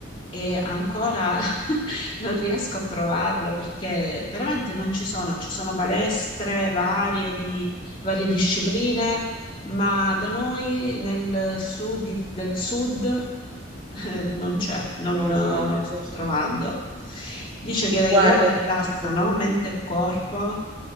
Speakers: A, on the left; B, on the right.
A: e ancora <laughs> non riesco a trovarlo perché veramente non ci sono, ci sono palestre varie di varie discipline, ma da noi nel sud di- del sud eh, non c'è, non,
B: Lo
A: non
B: so,
A: lo sto
B: lo so.
A: trovando. Dice che
B: Guarda,
A: yoga
B: ti
A: rilassa,
B: dico.
A: no? Mente e corpo.